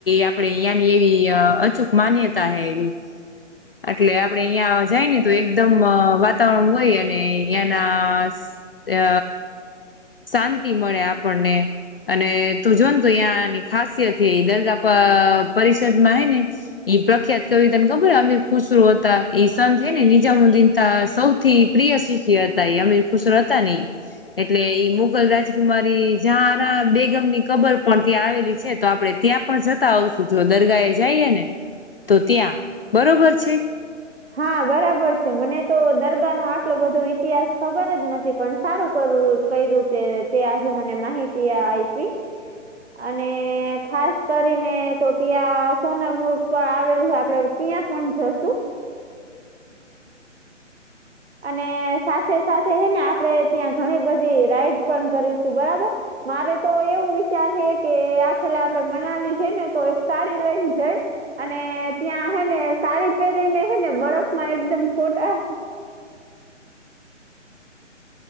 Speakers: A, on the left (about 50°); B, on the right (about 55°).
A: આપડે ન્યાની એવી અચૂક માન્યતા હૈ એવી. એટલે આપડે ન્યા જાયને તો એકદમ વાતાવરણ હોય અને ન્યાનાં અ શાંતિ મળે આપણને. અને તું જોનતો ત્યાંની ખાસિયત છે દરગાહ પરિષદમાં છેને. ઈ પ્રખ્યાત કવિ તને ખબર અમીર ખુસરુ હતા એ સંત હેને નિજામુ્દીના સૌ થી પ્રિય શિખિયા હતા અમે ુ હતાને ઈ, એટલે ઈ મુગલ રાજકુમારી જહાનાબેગમની ખબર પણ ત્યાં આવેલી છે તો આપળે ત્યાં પણ જતા આવશું જો દરગાએ જઈએને. તો ત્યાં બરોબર છે.
B: હા બરાબર છે મને તો દરગાહનો આટલો બધો ઈતિહાસ ખબર જ નથી પણ સારું કરવું. કયરુંતે તે આજે મને માહિતી આપી. અને ખાસ કરીનેતો ત્યાં સોનલમુર્ગ પણ આવેલું છે આપળે ત્યાં પણ જશું. અને સાથે સાથે હેને આપડે ત્યાં ઘણી બધી રાઈડ પણ કરીશું બરાબર. મારેતો એવું વિચાર હેકે આ ખેલે આપળે મનાલી જઈને તો એક સાળી લઈને જઈ. અને ત્યાં હેને સાડી પહેરીને હેને બળફમાં એકદમ ફોટા